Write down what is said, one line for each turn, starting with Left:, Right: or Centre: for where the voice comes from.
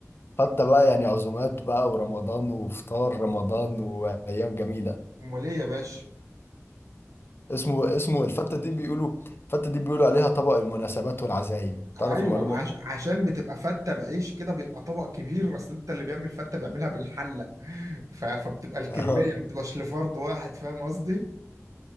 Left: حتى بقى يعني عزومات بقى ورمضان وفطار رمضان وأيام جميلة
Right: امال ايه يا باشا
Left: اسمه اسمه الفتة دي بيقولوا الفتة دي بيقولوا عليها طبق المناسبات والعزايم
Right: ايوه
Left: تعرف المعلومة دي؟
Right: عش... عشان بتبقى فتة بعيش كده بيبقى طبق كبير اصل انت اللي بيعمل فتة بيعملها بالحلة <laughs> ف... فبتبقى
Left: <laughs>
Right: الكمية
Left: اه
Right: ما بتبقاش لفرد واحد فاهم قصدي